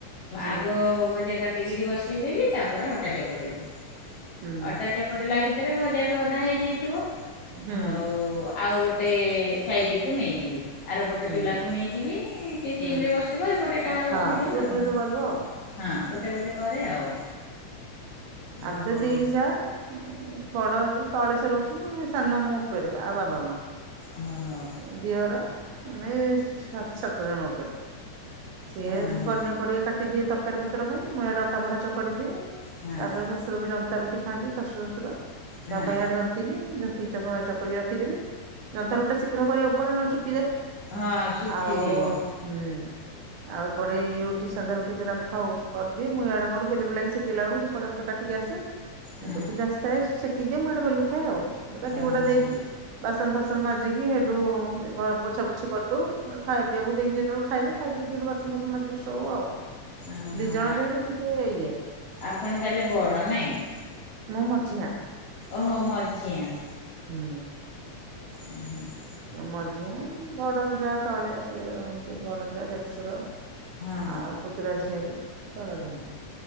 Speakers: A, on the right; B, on the left.
A: ହୁଁ
B: ଆଗ ଭଜା କାଟିକିରି ବସେଇଦବି ତାପରେ ଅଟା ଚକଟି ବି।
A: ହୁଁ
B: ଅଟା ଚକଟିଲା ଭିତରେ ଭଜା ବି ଅଧା ହେଇଯାଇଥିବ।
A: ହୁଁ
B: ଆଉ ଆଉ ଗୋଟେ ସାଇଟିକୁ ନେଇଯିବି ଆର ପଟ
A: ହୁଁ
B: ଚୁଲାକୁ ନେଇଯିବି ସେ
A: ହୁଁ
B: ସିମ୍ ରେ ବସିଥିବ ଏପଟେ। ତାୱା
A: ହଁ
B: ବସେଇଦେବି
A: ରୁଟି
B: ଆଉ।
A: ରୁଟି କରିବ ଆଉ
B: ହଁ ଗୋଟେ ଗୋଟେ କରେ ଆଉ।
A: ଆମେ
B: ଆଉ
A: ତ
B: ହଁ
A: ଦି ଯା ବଡ ତଳେସେ ରହୁଛୁ। ସାନ ମୋ ଉପରେ ଆଉ ବାବା ମା
B: ଓହୋ
A: ଦିଅର। ଆମେ ସାତ ସାତ ଜଣ ଉପରେ ସିଏ
B: ଓହୋ
A: ପନିପରିବା କାଟିଦିଏ ତର ତରକାରୀ ପତ୍ର ପାଇଁ ମୁଁ ଇଆଡେ ଅଟା ଫଟା ଚକ ଦିଏ
B: ହଁ
A: ତାପରେ ଶ୍ୱଶୁର ବି ଜନ୍ତା ରୁଟି ଖାନ୍ତି ଶାଶୁ ଶ୍ୱଶୁର।
B: ହଁ
A: ତା ବାଇଆଡେ ଯନ୍ତି ଲି। ଚକରିକିଖି ଦେବି ଯନ୍ଥର ଗୋଟେ ଶୀଘ୍ର କରିବାକୁ ପଡେ ଶୁଖିଯାଏ।
B: ହଁ ଶୁଖିଯିବ
A: ଆଉ ହୁଁ! ଆଉ ପଡେଇ ରୁଟି ସାଧା ରୁଟି ଯୋଉଟା ଆମେ ଖାଉ କରିଦିଏ। ମୁଁ ଏଇଆଡେ ମୋର ବେଲି ବୁଲାକି ଶେକିଲା ବେଳକୁ ପରିବା ପତ୍ର କାଟିକି ଆସେ।
B: ହଁ
A: ଆସିଥାଏ ସେକି ଦିଏ ମୁଁ ଆଡ଼େ ବେଲୁଥାଏ ଆଉ। କାଟି
B: ଓହୋ
A: କୋଟା ଦେଇକି ବାସନ ଫାସନ ମାଜିକି ସେଠୁ ଏ ଘର ପୋଛା ପୋଛି କରିଦେଉ। ଖାଆ ପିଆକୁ ଦେଇକି ଯେତେବେଳେ ଖାଇବେ ଖାଇ ପିକି ସେଠୁ ବାସନ ଫାସନ ମାଜିକି ଶୋଭ ଆଉ।
B: ଓହୋ
A: ଦି ଜଣ ଯେହେତୁ ଟିକେ ଇଏ
B: ଆପଣ ତା ହେଲେ ବଡ ନାଇଁ?
A: ମୁଁ ମଝିଆଁ!
B: ଓହୋଃ ମଝିଆଁ।
A: ହୁଁ!
B: ଉୁଁ ହୁଁ <inaudible>
A: ମଝିଆଁ ବଡ ଯା ତଳେ ସିଏ ରୁହନ୍ତି ବଡ ଯା ଦେଢଶୁର।
B: ହଁ
A: ଆଉ! ପୁତୁରା, ଝିଅରେ ତଳେ ରୁହନ୍ତି।